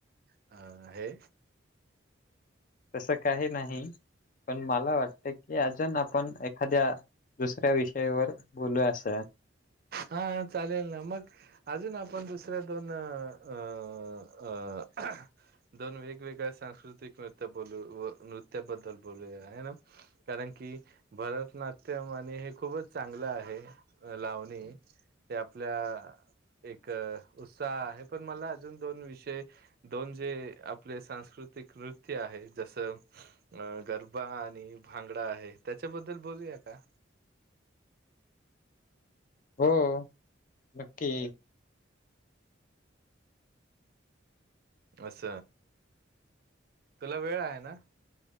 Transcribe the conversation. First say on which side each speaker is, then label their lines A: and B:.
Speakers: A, on the right; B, on the left.
A: अ हे.
B: तसं काही नाही. पण मला वाटत की, अजून आपण एखाद्या दुसऱ्या विषयावर बोलू अस.
A: हा चालेल ना मग. अजून आपण दुसऱ्या दोन अ अ. दोन वेगवेगळ्या सांस्कृतिक नृत्य बोलू व नृत्याबद्दल बोलूया आहे ना. कारण की भरतनाट्यम आणि हे खूपच चांगलं आहे. लावणी ते आपल्या एक उत्साह आहे पण मला अजून दोन विषय दोन जे आपले सांस्कृतिक नृत्य आहे जसं अ गरबा आणि भांगडा आहे त्याच्याबद्दल बोलूया का?
B: हो नक्की.
A: अस, तुला वेळ आहे ना.